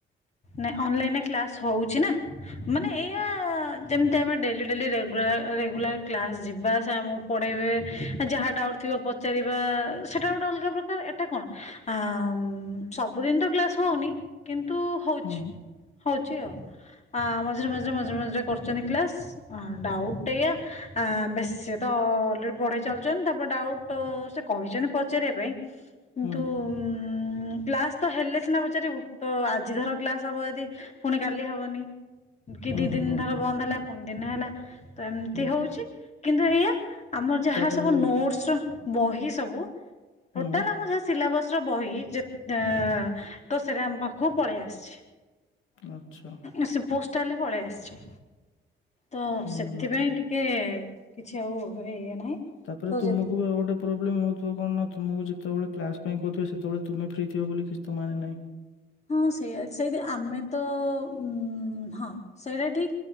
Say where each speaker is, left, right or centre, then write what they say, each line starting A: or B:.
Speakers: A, on the left; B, on the left.
A: ନାଇଁ, ଅନଲାଇନରେ କ୍ଲାସ ହଉଚି ନା। ମାନେ ଏଇଆ, ଯେମତି ଆମେ ଡେଲି-ଡେଲି ରେୁଗୁଲାର ରେଗୁଲାର କ୍ଲାସ ଯିବା-ଆ, ସେ ଆମକୁ ପଢେଇବେ, ଯାହା ଡାଉଟ୍ ଥିବା ପଚାରିବା ସେଟା ଗୋଟେ ଅଲଗ ପ୍ରକାର। ଏଟା କଣ ଆ ଆ ଉଁ ସବୁଦିନ ତ କ୍ଲାସ ହଉନି କିନ ତୁ ହୋଉଚି
B: ହୁଁ
A: ହୋଉ ହୋଉଚି ଆଉ। ହଁ ମଝିରେ ମଝିରେ ମଝିରେ କରୁଚନ୍ତି। କ୍ଲାସ୍ ହଁ ଡାଉଟ୍ ଟା ଏଇଆ ବେଶୀ ତ ଅଲରେଡ଼ି ପଢ଼େଇ ଚାଲିୁଚନ୍ତି ତାପରେ ଡାଉଟ୍। ସେ କହିଛନ୍ତି ପଚାରିବା ପାଇଁ କିନ୍ତୁ।
B: ହୁଁ
A: ଉ କ୍ଲାସ ତ ହେଲେ ସିନା ପଚାରିବୁ ତ ଆଜ ଆଜି ଧର କ୍ଲାସ ହବ ଯେଦି ପୁଣି କାଲି ହବନି। କି
B: ହୁଁ
A: ଦି
B: ହୁଁ
A: ଦିନ
B: ହୁଁ
A: ଧର ବନ୍ଦ ହେଲା ଦିନେ ହେଲା ଏମତି
B: ହୁଁ
A: ହଉଛି ତ କିନ୍ତୁ ଏଇଆ ଆମର ଯାହା
B: ତାପରେ
A: ସବୁ ନୋଟସ ର, ବହି ସବୁ ଟୋଟାଲ
B: ହୁଁ
A: ଆମର ସେ ସିଲାବସ ର ବହି ଯେତେ ତ ସେଟା ଆମ ପାଖ କୁ ପଳେଇ ଆସଛି।
B: ଆଚ୍ଛା
A: ଉ ସେ ପୋଷ୍ଟାଲ ରେ ପଳେଇଆ ସଛି ତ
B: ହୁଁ।
A: ସେଥିପାଇଁ ଟିକେ କିଛି ଆଉ ଇଏ ନାହିଁ
B: ତାପରେ
A: ତ
B: ତୁମକୁ
A: ଜେଦି
B: ଆଉ ଗୋଟେ ପ୍ରୋବ୍ଲେମ ହଉଥିବ କଣ ନା ତୁମକୁ ଯେତେବେଳେ କ୍ଲାସ ପାଇଁ କହୁଥିବେ ସେତେବେଳେ ତୁମେ ଫ୍ରି ଥିବ ବୋଲି କିଛି ତ ମାନେ ନାହିଁ।
A: ହଁ ସେଇଆ ସେଇଥି ଆମେ ତ ଉଁ-ଉ-ଉ, ହଁ ସେଇଟା ଠିକ,